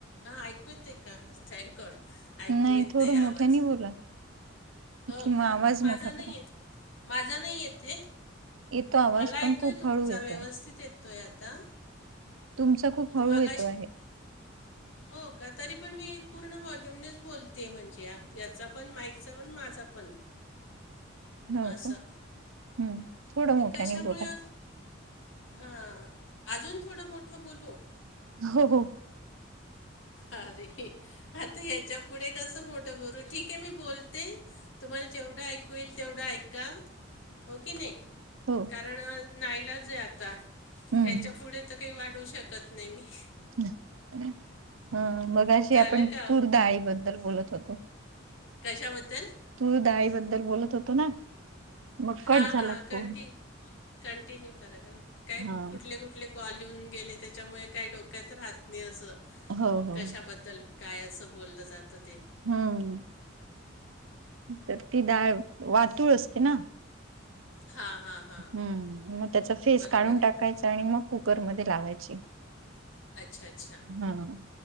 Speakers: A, on the left (about 70°); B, on the right (about 90°).
A: हा ऐकू येतय का थँकगॉड ऐकू
B: नाही
A: येते
B: थोडं मोठ्यानी
A: आवाज
B: बोला
A: हो
B: किंवा
A: का
B: आवाज
A: माझा
B: मोठा करा.
A: नाही येत माझा नाही येत हे
B: येतो आवाज
A: मला येतोय
B: पण खूप
A: तुमचा
B: हळू येतोय.
A: व्यवस्थित येतोय आता
B: तुमचा खूप
A: ते
B: हळू
A: मगाशी
B: येतो आहे
A: हो का तरी पण मी पूर्ण वॉल्यूमनेच बोलते म्हणजे याचा पण माईकचा पण माझा पण
B: हो
A: असं
B: का? हम्म थोडं
A: ते
B: मोठ्याने
A: कशामुळे?
B: बोला.
A: हां अजून थोडं मोठं बोलू?
B: हो हो
A: अरे आता ह्याच्या पुढे कस मोठं बोलू? ठीक आहे मी बोलते. तुम्हाला जेवढा ऐकू येईल तेवढं ऐका हो की नाही.
B: हो
A: कारण नाईलाज आहे आता.
B: हम्म
A: याच्या पुढे तर काही वाढवू शकत नाही मी
B: हा मगाशी
A: झालं
B: आपण
A: का आवरून?
B: तूरडाळी बद्दल बोलत होतो
A: कशाबद्दल?
B: तूर दाळी बद्दल बोलत होतो ना मग कट
A: हा
B: झाला
A: हा कंटी
B: फोन.
A: कंटिन्यू करा काय
B: हा
A: कुठले कुठले? कॉल येऊन गेले त्याच्यामुळे काय डोक्यात राहत नाही असं
B: हो हो
A: कशाबद्दल? काय असं बोललं जातं ते
B: हम्म तर ती डाळ वातूळ असते ना
A: हां हां. हां
B: हम्म मग त्याचा फेस
A: बरोबर
B: काढून
A: आहे
B: टाकायचा आणि मग कुकरमध्ये लावायची
A: अच्छा अच्छा
B: हा हम्म